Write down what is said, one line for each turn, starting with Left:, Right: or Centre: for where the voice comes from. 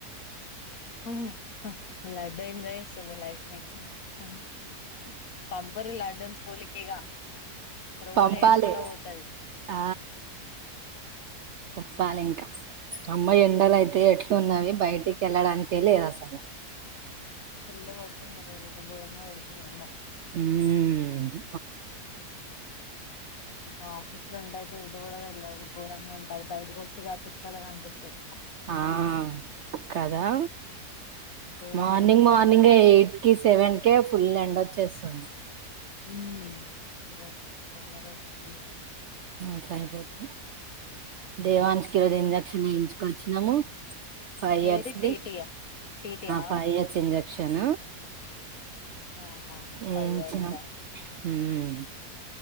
Left: ఆ లడ్డూ ఏం చేస్తుందీ <unintelligible> పంపరీ లడ్డు నీ స్కూలికి ఇగా రోజు
Right: పంపాలి
Left: ఏడ్చుకుంటా పోతది
Right: ఆ చెప్పాలి ఇంకా అమ్మ ఎండలు అయితే ఎట్లు ఉన్నవి బయటికి ఎళ్ళడానికే లేదు అసలు
Left: ఫుల్ పెడుతుంది ఘోరంగా పెడుతుంది ఎండ
Right: ఉమ్మ్
Left: ఇంకా ఆఫీస్ లో ఉండే <unintelligible> గోరంగా ఉంటాది బయట కి వస్తే చుక్కలు కపిస్తయీ
Right: ఆ కదా
Left: ఘోరంగా
Right: మార్నింగ్
Left: ఉంటది
Right: మార్నింగ్
Left: బయట
Right: ఎయిట్ కి సెవెన్ కి ఫుల్ ఎండ వచ్చేస్తుంది
Left: ఉమ్ ఈరోజు తోందర వచ్చింది
Right: మాట్లాయిపోతుంది దేవాన్ష్ కి ఈ రోజు ఇంజక్షన్ వేయింకొచ్చ నము ఫైవ్ ఇయర్స్దిి
Left: ఏది టీటీయా టీటీయా
Right: ఫైవ్ ఇయర్స్ <unintelligible> క్షణ
Left: ఆహా
Right: ఏడ్చా
Left: ఫైవ్ ఇయర్స్ ఆ
Right: ఊమ్